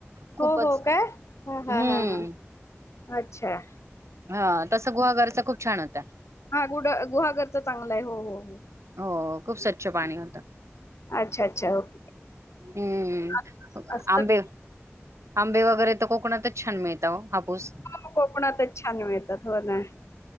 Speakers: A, on the right; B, on the left.
A: खूपचम्म
B: हो, हो काय? हां, हां, हां, हां. अच्छा
A: हा तस गुहागरचा खूप छान होता.
B: हा गुड गुहागरच चांगलं आहे हो हो हो.
A: हो खूप स्वच्छ पाणी होत
B: अच्छा, अच्छा ओके.
A: हम्म.
B: अ, असतं
A: आंबे आंबे वगैरे तर कोकणातच छान मिळतात हो हापूस
B: हो, कोकणातच छान मिळतात हो ना.